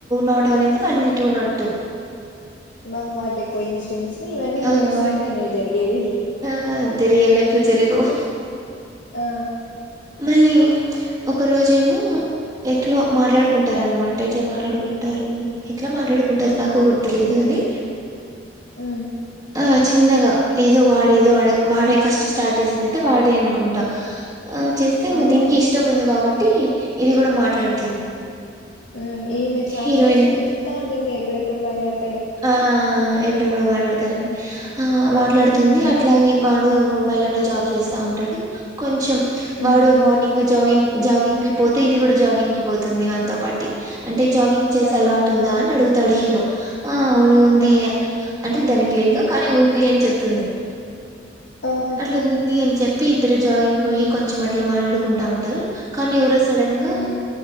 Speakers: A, on the right (about 20°); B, on the left (about 70°).
A: నాట్ వన్ అయితే వాళ్ళది two not two
B: wow what a coincidence ఇవన్నీ
A: ఆ
B: మూవీస్
A: వాటి
B: లోనేనే జరిగేది
A: ఆ అంతే రియల్ లైఫ్ లో జరగవు
B: ఆ
A: మళ్ళీ ఒక రోజేమో, ఎట్లా మాట్లాడుకుంటారు అనమాట ఎట్లా మాట్లాడుకుంటారు ఎట్లా మాట్లాడుకుంటారు నాకు గుర్తులేదు అది.
B: ఉ
A: ఆ చిన్నగా ఏదో వాడేదో వాడ వాడే ఫస్ట్ స్టార్ట్ చేసేదైతే వాడే అనుకుంట ఆ చేస్తేం
B: ఆ
A: దీనికి ఇష్టం ఉంది కాబట్టి ఇది కూడా మాట్లాడ్
B: ఆ ఈమె ఛాన్స్
A: హీరోయిన్
B: కోసం వెతుకుతా అంటు ఎప్పుడెప్పుడు మాట్లాడ్
A: ఆ ఎప్పుడెప్పుడో మాట్లాడతారని. ఆ మాట్లాడుతుంది
B: ఉమ్
A: అట్లాగ వాడు ముంబై లోనే జాబ్ చేస్తా ఉంటాడు కొంచెం వాడు
B: ఉమ్
A: మార్నింగ్ జాగింగ్ జాగింగ్ కి పోతే ఇది కూడా జాగింగ్ కి పోతుంది వాతో పాటి అంటే జాగింగ్ చేసే
B: ఆ
A: అలవాటు ఉందా అని అడు తడు హీరో ఆ అవును ఉంది
B: ఆ
A: అంటే దానికి లేదు కానీ ఉంది అని చెప్ తుంది.
B: ఓహో
A: అట్లు ఉంది అని చెప్ చెప్పి ఇద్దరు జాగింగ్ పోయి కొంచెం అట్లా మాట్లాడుకుంటా ఉంటారు కానీ ఎవరో సడన్ గా
B: ఉమ్